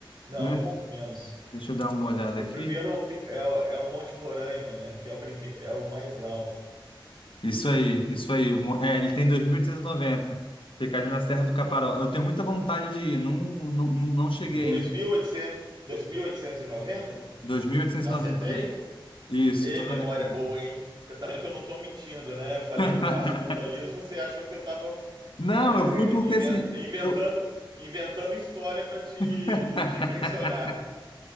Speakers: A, on the right; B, on the left.
A: Não,
B: Não é?
A: um pouco menos.
B: Deixa eu dar uma
A: O,
B: olhada
A: o
B: aqui.
A: primeiro é o, pi- é o- é o Monte Roraima, né? Que é o primeiro, é o mais alto.
B: Isso aí, isso aí. mo- É, ele tem 2.890. Fica ali na Serra do Caparó. Eu tenho muita vontade de ir. Não, não, não não cheguei
A: Dois
B: em
A: dois mil mil oitocentos, dois mil oitocentos e noventa.
B: 2.890
A: Acertei?
B: metros. Isso,
A: Ê,
B: tô
A: memória
B: vendo aqui.
A: boa, hein? Você tá vendo que eu não tô mentindo, né? Eu falei
B: <laughs>
A: que faço montanhismo, você achou que eu tava
B: Não,
A: é,
B: eu fui porque
A: inven-
B: assim,
A: inventando,
B: eu
A: inventando história para te,
B: <laughs>
A: te impressionar.